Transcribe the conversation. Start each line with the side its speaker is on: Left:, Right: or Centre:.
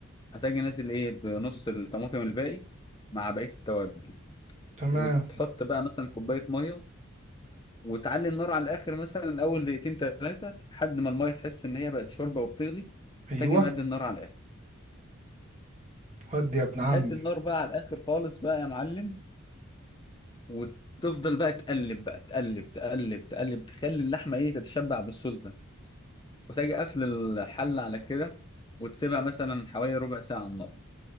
Left: هتجي نازل ايه بنص الطماطم الباقي مع بقية التوابل
Right: تمام
Left: وتحط بقى مثلا كوباية مية وتعلي النار على الاخر مثلا اول دقيقتين ثلاثة لحد ما المية تحس ان هي بقت شوربة وبتغلي
Right: ايوه
Left: تجي مهدي النار على الاخر
Right: ودي يا ابن
Left: هتهدي
Right: عمي
Left: النار بقى على الاخر خالص بقى يا معلم وتفضل بقى تقلب بقى تقلب تقلب تقلب تخلي اللحمة ايه تتشبع بالصوص ده وتجي قافل الحلة على كده وتسيبها مثلا حوالي ربع ساعة على النار